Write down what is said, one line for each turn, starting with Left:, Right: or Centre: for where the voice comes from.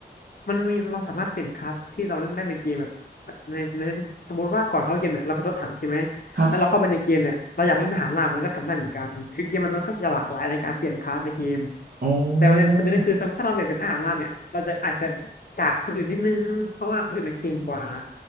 Left: มันมีเราสามารถเปลี่ยนคลาสที่เราเล่นได้ในเกมแบบแบบในในสมมติว่าก่อนเข้าเกมเนี่ยเราเป็นรถถังใช่ไหม
Right: ครับ
Left: แล้วเราเข้าไปในเกมเนี่ยเราอยากเล่นทหารราบมันก็ทำได้เหมือนกันคือเกมมันค่อนข้างจะหลากหลายในการเปลี่ยนคลาสในเกม
Right: อ๋อ
Left: แต่ประเด็นประเด็นก็คือถ้าเราเปลี่ยนเป็นทหารราบเนี่ยเราจะอาจจะจากคนอื่นนิดนึงเพราะว่าคนอื่นมันเก่งกว่า